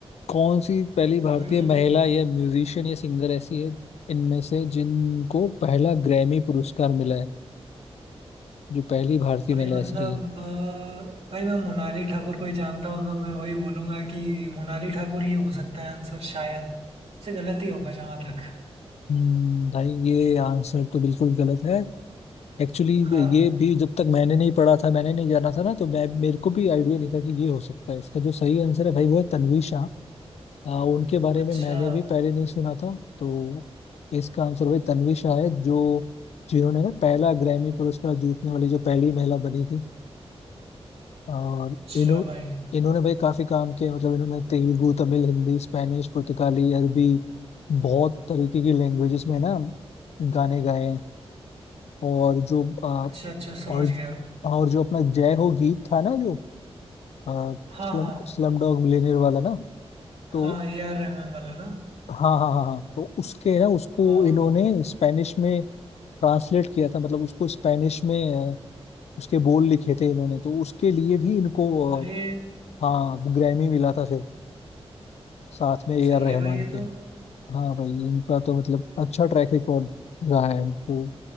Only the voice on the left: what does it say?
कौन सी पहली
भारतीय महिला या म्यूजिशियन या सिंगर ऐसी है इनमें से जिनको पहला ग्रैमी पुरस्कार मिला है जो पहली भारतीय
महिला
ऐसी रही
हम्म, भाई ये आंसर तो बिल्कुल गलत है एक्चुअली
ये भी जब तक मैंने नहीं पढ़ा था मैंने नहीं जाना था ना तो मैं मेरे को भी आइडिया नहीं था कि ये हो सकता है इसका जो सही आंसर है भाई वो है तन्वी शाह आ, उनके बारे
में मैंने भी पहले नहीं सुना था तो इसका आंसर भाई तन्वी शाह है जो जिन्होंने ना पहला ग्रैमी पुरस्कार जीतने वाली जो पहली महिला बनी थी और
इन्हों
इन्होंने भाई काफी काम किया मतलब इन्होंने तेलुगु तमिल हिंदी स्पेनिश पुर्तगाली अरबी बहुत तरीके की लैंग्वेजेस में ना गाने गाए हैं और जो आ,
और
और जो अपना जय हो गीत था ना जो आ,
स्लम
स्लम डॉग मिलियनेयर वाला ना तो
हाँ हाँ हाँ हाँ तो उसके ना उसको
इन्होंने स्पेनिश में ट्रांसलेट किया था मतलब उसको स्पेनिश में आ, उसके बोल लिखे थे इन्होंने तो उसके लिए भी इनको
आ, हाँ ग्रैमी मिला था फिर साथ में ए
आर रहमान
के
हाँ भाई इनका तो मतलब अच्छा ट्रैक रिकॉर्ड रहा है तो